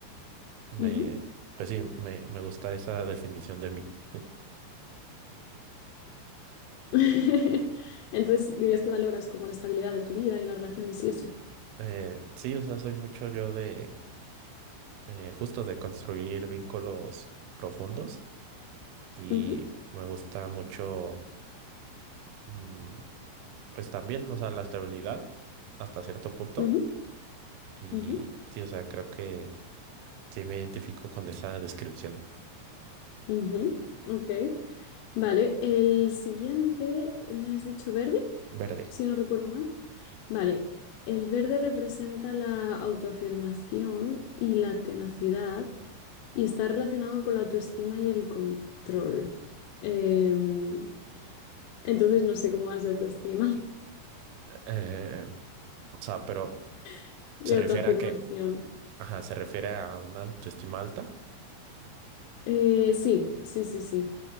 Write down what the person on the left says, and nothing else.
Ujú.
<laughs> Entonces dirías que valoras como la estabilidad en tu vida y en las relaciones y eso.
Ujú,
ujú,
ujú,
ujú. Ok, vale. El siguiente, me has dicho verde,
si no recuerdo mal. Vale, el verde representa la autoafirmación y la tenacidad y está relacionado con la autoestima y el control. Em, entonces no sé cómo vas de autoestima
<laughs>
y
autoafirmación.
Eh, sí, sí, sí, sí.